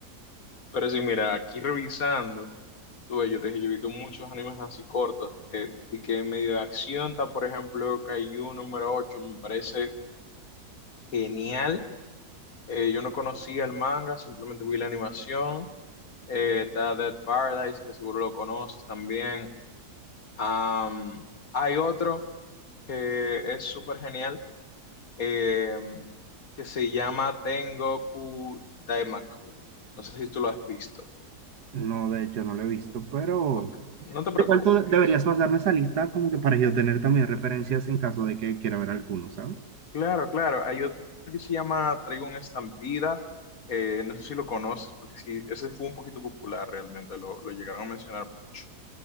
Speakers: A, on the left; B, on the right.
A: Pero sí, mira, aquí revisando, tú ves, yo te dije, yo he visto muchos animes así cortos. Eh, vi que en medio de acción está, por ejemplo, Kaiju número ocho, me parece genial. Eh, yo no conocía el manga, simplemente vi la animación. Eh, está Dead Paradise, que seguro lo conoces también. Am, hay otro que es súper genial, eh, que se llama Tengoku Daimaku. No sé si tú lo has visto.
B: No, de hecho no lo he visto, pero
A: Ok, No te
B: igual
A: preocupes.
B: tú deberías pasarme esa lista como que para yo tener también referencias en caso de que quiera ver alguno, ¿sabes?
A: Claro, claro. Hay otro que se llama Traigo una estampida. eh, no sé si lo conoces, porque sí, ese fue un poquito popular realmente. Lo, lo llegaron a mencionar mucho.